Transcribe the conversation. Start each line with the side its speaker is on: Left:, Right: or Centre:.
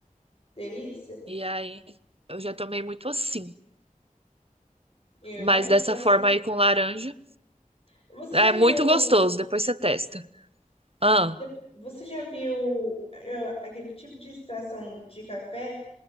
Left: Delícia.
Right: E aí eu já tomei muito assim.
Left: Eu
Right: Mas
Left: imagino
Right: dessa
Left: que deve
Right: forma
Left: ser gostoso.
Right: aí com laranja.
Left: Você
Right: É
Left: já viu.
Right: muito gostoso. Depois você testa. Ah,
Left: de- Você já viu eh, aquele tipo de extração de café